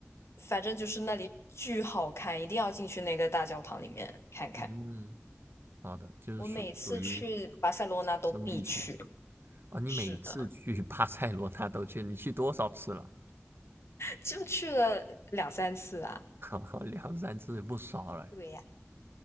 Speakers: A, on the left; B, on the right.
A: 反正就是那里巨好看，一定要进去那个大教堂里面看看。
B: 嗯，好的，就是属属于
A: 我每次去巴塞罗那都必去，
B: 生必去啊。你每次去
A: 是的，
B: <laughs> 巴塞罗那都去，你去多少次了？
A: 就去了两三次啊。
B: <laughs> 好两三次不少了。
A: 对呀，